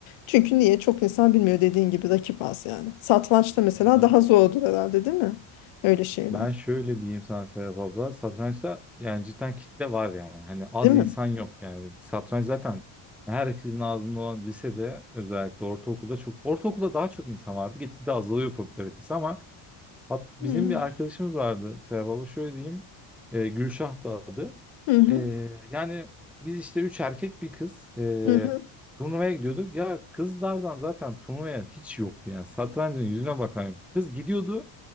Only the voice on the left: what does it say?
Çünkü niye? Çok insan bilmiyor dediğin gibi rakip az yani. Satrançta mesela
daha zordur herhalde değil mi? Öyle şeyler.
Değil mi?
Hmm.
Hı hı.
Hı hı.